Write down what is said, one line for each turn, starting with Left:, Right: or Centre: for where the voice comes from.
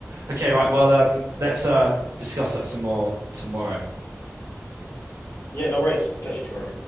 Right: Okay,
Left: Yeah,
Right: right. Well, um, let's uh discuss that some more tomorrow.
Left: yeah, no worries. We'll touch you tomorrow.